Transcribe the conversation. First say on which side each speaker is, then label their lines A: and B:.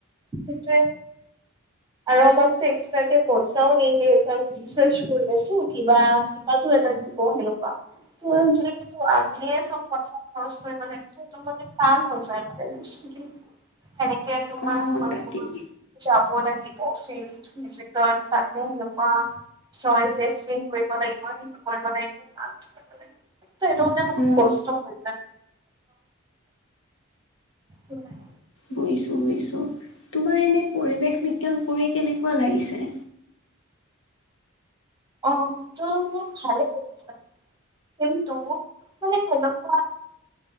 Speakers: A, on the right; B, on the left.
A: সিটোৱে আৰু আমাকতো এক্সটাকে পইচাও নিদিয়ে যে আমি ৰিচাৰ্চ কৰি আছো কিবা- কিবাটো এটা দিব হেনেকুৱা। তোৰ যিহেতু আমিয়ে চব পইচা খৰচ কৰিব লাগিছে সেইটো মানে টান হৈ যায় মানে বস্তু <unintelligible> এনেকে তোমাৰটো
B: অ
A: <unintelligible>
B: তাকেই
A: যাব লাগিব ফিল্ড ভিজিটত তাতো সেনেকুৱা চইল টেষ্টিং কৰিব লাগিব সেইটো কৰিব লাগিব ত'সেটো মানে মোক
B: অ
A: কষ্ট হয় <unintelligible> <unintelligible>
B: বুইছো- বুইছো তোমাৰ এনে পৰিৱেশ বিজ্ঞান পঢ়ি কেনেকুৱা লাগিছে?
A: অ, তো মোৰ ভালেই লাগিছে। কিন্তু মানে সেনেকুৱা